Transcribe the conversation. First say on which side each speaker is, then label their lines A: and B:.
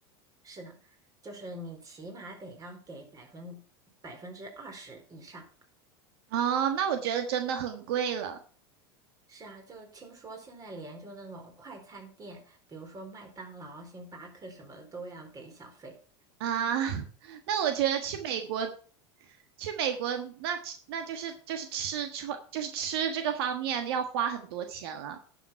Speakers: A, on the right; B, on the right.
A: 是的，就是你起码得要给百分百分之二十以上。
B: 哦，那我觉得真的很贵了
A: 是啊，就听说现在连就那种快餐店，比如说麦当劳、星巴克什么的都要给小费。
B: 啊。<laughs> 那我觉得去美国，去美国那那就是就是吃穿就是吃这个方面要花很多钱了。